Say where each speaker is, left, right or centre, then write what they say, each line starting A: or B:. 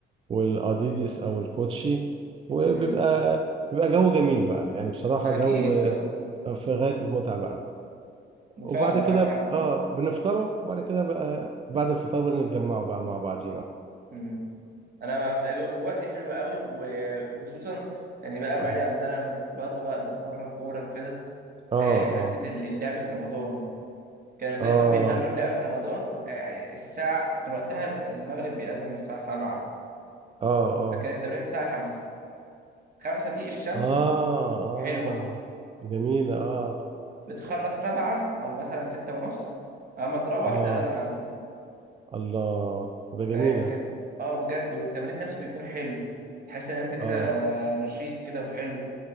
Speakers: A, on the right; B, on the right.
A: والاديدس او الكوتشي وبيبقى
B: مم.
A: بيبقى جو جميل بقى يعني بصراحة
B: ما
A: جو
B: أكيد اه
A: في غاية المتعة بقى وبعد
B: فعلا معاك
A: كده
B: حق
A: اه بنفطروا وبعد كده بقى بعد الفطار بنتجمعوا بقى مع بعضينا
B: مم. انا ما- في الأجو- الاجواء دي حلوه قوي وخصوصا يعني بقى
A: <laughs>
B: بعيد عن ده لما كنت برضه بقى بتمرن كوره وكده
A: اه
B: آه، حته
A: اه
B: ال- اللعب في رمضان كانوا دايما
A: اه
B: بيخلوا اللعب في رمضان آه، الساعه كان وقتها المغرب بيأذن الساعه 7
A: اه اه
B: فكان التمرين الساعه 5 5 دي الشمس
A: اه اه
B: حلوه
A: جميلة اه
B: بتخلص 7 او مثلا 6 ونص اما تروح
A: اه
B: تلاقي اذان اذن
A: الله تبقى جميلة
B: فاهم كانت اه بجد والتمرين نفسه بيكون حلو تحس ان انت كده
A: اه
B: نشيط كده وحلو